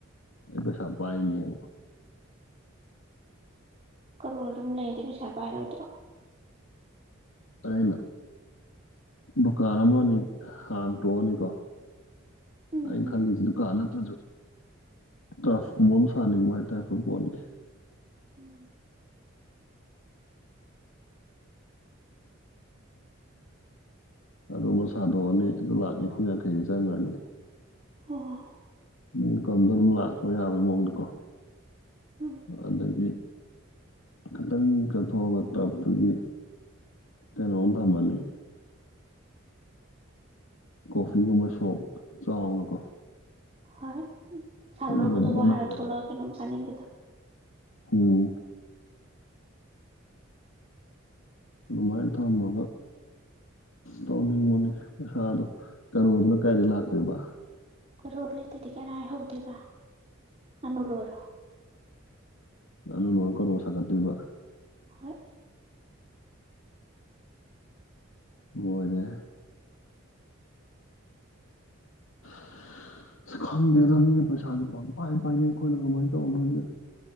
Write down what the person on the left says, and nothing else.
ꯑꯩ ꯄꯩꯁꯥ ꯄꯥꯏꯅꯤꯕ
ꯇꯥꯏꯅ ꯗꯨꯀꯥꯟ ꯑꯃꯅꯤ ꯍꯥꯡꯗꯣꯛꯑꯅꯤꯀꯣ
ꯑꯩꯅ ꯈꯜꯂꯤꯁꯤꯅ ꯗꯨꯀꯤꯟ ꯅꯠꯇ꯭ꯔꯁꯨ ꯇꯔꯐꯀꯨꯝꯕ ꯑꯃ ꯁꯥꯅꯤꯡꯕ ꯍꯥꯏꯇꯥꯔ ꯐꯨꯠꯕꯣꯜꯒꯤ
ꯑꯗꯨꯃ ꯁꯥꯗꯣꯛꯑꯅꯤ ꯑꯗꯨ ꯂꯥꯛ ꯅꯤꯐꯨ ꯌꯥꯡꯈꯩꯗꯤ ꯆꯪꯈ꯭ꯔꯅꯤ
ꯏꯟꯀꯝꯗꯣ ꯑꯗꯨꯝ ꯂꯥꯛꯁꯨ ꯌꯥꯕ ꯃꯑꯣꯡꯗꯀꯣ
ꯑꯗꯒꯤ ꯈꯤꯇꯪ ꯆꯠꯊꯣꯛꯑꯒ ꯇꯞꯇꯨꯒꯤ ꯀꯩꯅꯣꯝ ꯊꯝꯃꯅꯤ ꯀꯣꯐꯤꯒꯨꯝꯕ ꯁꯣꯞ ꯆꯥꯎꯅꯀꯣ
ꯈꯣꯏ
ꯂꯕꯨꯛ
ꯑꯝ ꯂꯩꯌꯦ
ꯎꯝ ꯑꯗꯨꯃꯥꯏ ꯊꯥꯝꯃꯒ ꯇꯧꯅꯤꯡꯕꯅꯤ ꯄꯩꯁꯥꯗꯣ ꯀꯔꯣꯔꯗꯨꯅ ꯀꯥꯏꯗ ꯂꯥꯛꯇꯣꯏꯕ
ꯉꯥꯅꯨꯂꯣꯏꯔ ꯀꯥꯔꯣꯔ ꯁꯥꯒꯠꯇꯣꯏꯕ
ꯃꯣꯏꯅꯦ <inaudible> ꯏꯁ ꯈꯪꯗꯦꯗ ꯃꯤꯅ ꯄꯩꯁꯥꯁꯦ ꯄꯪꯄꯥꯏ ꯄꯥꯏꯅꯦ ꯑꯩꯈꯣꯏꯅ ꯀꯃꯥꯏꯅ ꯇꯧꯅꯣ ꯈꯪꯗꯦ